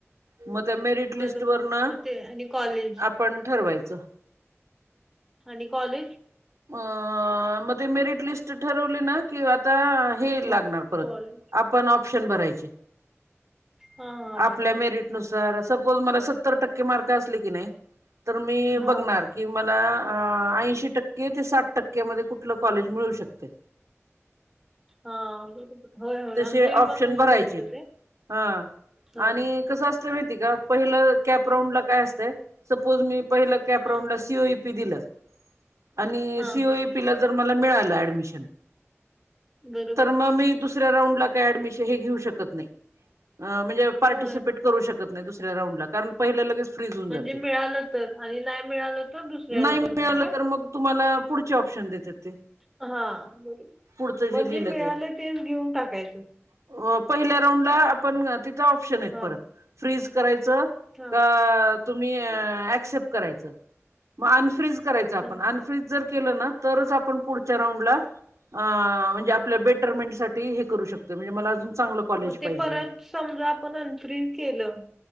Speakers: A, on the right; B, in the centre.
A: मग त्या मेरिट लिस्ट
B: बरोबर.
A: वर ना
B: मग ते आणि कॉलेज?
A: आपण ठरवायचं.
B: आणि कॉलेज.
A: अ मग ते मेरिट लिस्ट ठरवली ना कि आता हे लागणार
B: मग
A: परत
B: कॉलेज
A: आपण ऑप्शन भरायचे
B: हा हा
A: आपल्या
B: बरोबर
A: मेरिट सपोज मला सतर टक्के मार्क अस की नाही तर मी
B: हा
A: बघणार कि मला ऐंशी टक्के ते साठ टक्क्यामध्ये कुठलं कॉलेज मिळू शकते?
B: हा बरोबर. होय होय
A: तसे
B: आमच्या
A: ऑप्शन
B: पण तसच
A: भरायचे
B: होतं ते
A: ह
B: होय
A: आणि कस कस असत माहिती आहे का पहिलं कॅपब्राऊन ला काय असतं सपोज मी पहिलं कॅप
B: हा
A: रांऊडला सी ओ ई पी दिलं. आणि
B: हा
A: सी ओ ई पी ला जर मला मिळालं ऍडमिशन
B: बरोबर
A: तर मग मी दुस तसऱ्या रांऊड ला काही ऍडमिशन हे घेऊ शकत नाही म्हणजे पार्टिसिपेट
B: होय
A: करू शकत कोणत्या दुसऱ्या राऊंडला कारण पहिले लगेच फ्रीज होऊन
B: म्हणजे
A: जाते
B: मिळालं तर आणि नाही मिळालं तर दुसऱ्याला
A: नाही मिळालं
B: करणार काय
A: तर मग तुम्हाला पुढचे ऑप्शन देतात.
B: हा बरोबर
A: पुढचं जे
B: म्हणजे
A: लिहिलं
B: मिळालं तेच घेऊन टाकायचं.
A: अ पहिल्या राऊंडला आपण ओपशन आहेत
B: हा
A: परत फ्रीज करायच
B: हा
A: का तुम्ही ऑपसेप करायच मग अनफ्र्रीज करायच
B: अच्छा
A: आपण अनफ्र्रीज
B: म
A: जर केलं ना तरच आपण पुढच्या रांऊडला आ म्हणजे आपल्या बेटमेंटसाठी ते हे करू शकते म्हणजे मला अजून चांगलं
B: मग ते
A: पाहिजे
B: परत समजा आपण अनफ्रिज केलं